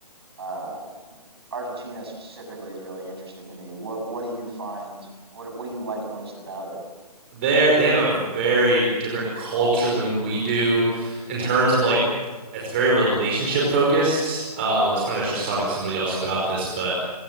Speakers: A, on the right (about 40°); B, on the right (about 15°).
A: uh, Argentina specifically is really interesting to me. What what do you find? What what do you like most about it?
B: They're they have a very different culture than we do in terms of like it's very relationship focused. Um, it's funny, I was just talking to somebody else about this, but